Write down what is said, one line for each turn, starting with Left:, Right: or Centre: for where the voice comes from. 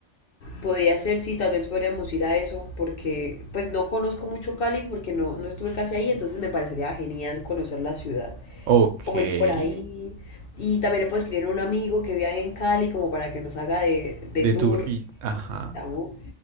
Left: Podría ser, sí, tal vez podríamos ir a eso, porque pues no conozco mucho Cali porque no, no estuve casi ahí, entonces me parecería genial conocer la ciudad,
Right: Ok,
Left: como
Right: de
Left: ir por ahí. Y también le puedo escribir a un amigo que vive ahí en Cali como para que nos haga de, de tour.
Right: Turquía, ajá.
Left: ¿no?